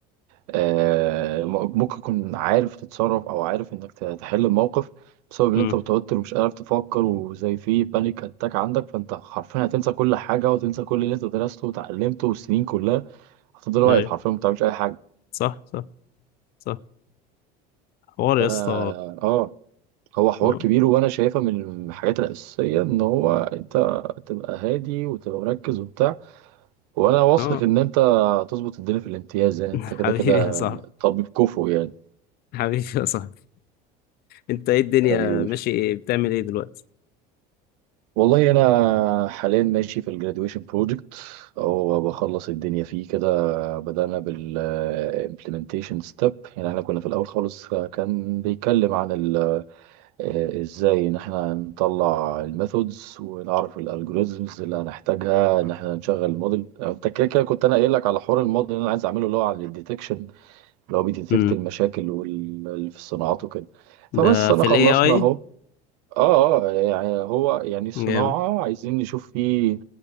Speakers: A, on the right; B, on the left.
A: آه ممكن تكون عارف تتصرف او عارف انك تحل الموقف بسبب ان
B: امم
A: انت متوتر ومش قادر تفكر وزي في بانيك اتاك عندك فانت حرفيا هتنسى كل حاجة وتنسى كل اللي انت درسته وتعلمته والسنين كلها هتفضل واقف
B: أيوه
A: حرفيا ما بتعملش اي حاجة
B: صح صح صح حوار
A: فانا
B: يا اسطى
A: اه هو حوار
B: اه
A: كبير وانا شايفها من الحاجات الاساسيه ان هو انت تبقى هادي وتبقى مركز وبتاع وانا واثق
B: اه
A: ان انت هتظبط الدنيا في الامتياز يعني
B: <laughs>
A: انت كده
B: حبيبي
A: كده
B: يا صاحبي
A: طبيب كفو يعني
B: حبيبي يا صاحبي أنت إيه الدنيا
A: حبيبي
B: ماشي إيه بتعمل إيه دلوقتي
A: والله انا حاليا ماشي في الجراديويشن بروجكت او بخلص الدنيا فيه كده بدأنا بال implementation step يعني احنا كنا في الاول خالص كان بيتكلم عن آه، ازاي ان احنا نطلع الميثودز ونعرف الالجوريزمز اللي هنحتاجها ان احنا نشغل الموديل انت كده كده كنت انا قايل لك على حوار الموديل اللي انا عايز اعمله اللي هو على الديتكشن اللي هو بيديتكت
B: امم
A: المشاكل واللي في الصناعات وكده
B: ده
A: فبس انا
B: في
A: خلصنا
B: الاي اي
A: اهو اه اه يعني هو يعني الصناعة
B: جامد
A: عايزين نشوف فيه